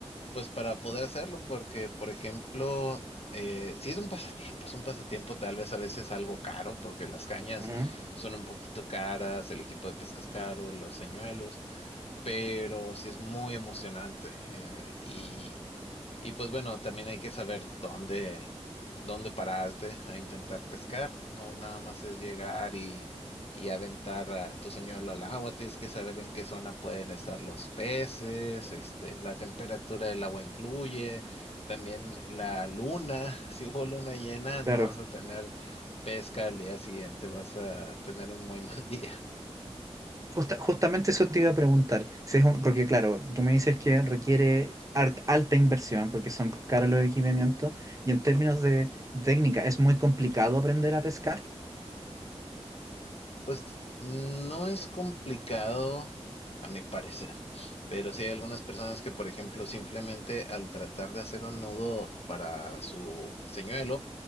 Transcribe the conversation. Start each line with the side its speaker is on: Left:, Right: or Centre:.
Left: pues para poder hacerlo, porque, por ejemplo, eh, si es un pasatiempo, es un pasatiempo tal vez a veces algo caro, porque las cañas
Right: ujú,
Left: son un poquito caras, el equipo de pesca es caro, los señuelos, pero sí es muy emocionante. eh, y y pues bueno, también hay que saber dónde, dónde pararte a intentar pescar. No nada más es llegar y, y aventar a tu señuelo al agua. Tienes que saber en qué zona pueden estar los peces, este, la temperatura del agua influye, también la luna. <laughs> Si hubo luna llena, no
Right: Claro.
Left: vas a tener pesca al día siguiente, vas a tener un muy <laughs> mal día.
Right: Justa- justamente eso te iba a preguntar, si es un- porque claro, tú me dices que requiere hart- alta inversión porque son caros los equipamientos y en términos de técnica es muy complicado aprender a pescar.
Left: Pues no es complicado, a mi parecer, pero sí hay algunas personas que, por ejemplo, simplemente al tratar de hacer un nudo para su señuelo,